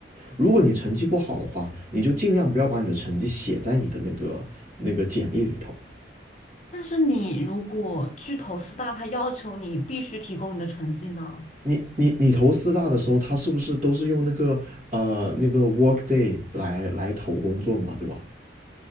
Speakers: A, on the right (about 40°); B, on the left (about 40°).
A: 如果你成绩不好的话，你就尽量不要把你的成绩写在你的那个那个简历里头。
B: 但是你如果去投四大，它要求你必须提供你的成绩呢？
A: 你你你投四大的时候，他是不是都是用那个呃那个 Workday 来来投工作的嘛，对吧？